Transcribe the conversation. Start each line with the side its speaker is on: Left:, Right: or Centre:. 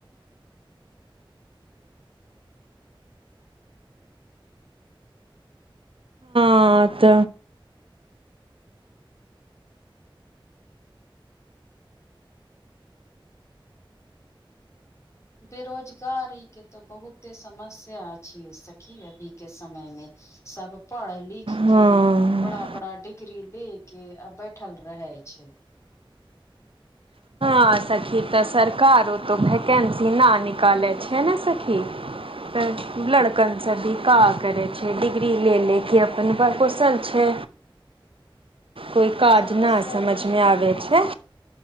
Right: हाँ त
Left: बेरोजगारी के तऽ बहुते समस्या ओ सखी अभी के समय मे सब पढ़ लिखके
Right: हाँ
Left: बड़ा बड़ा डिग्री ले के बैठल रह छै।
Right: ह सखी तऽ सरकारो तऽ वैकेन्सी नहि निकालै छै नहि सखी। तऽ लड़कन सभ भी का करै छै? डिग्री लऽ ले क अपन कुशल छै। कोइ काज
Left: समस्या
Right: न समझमे
Left: ई
Right: आबे छै।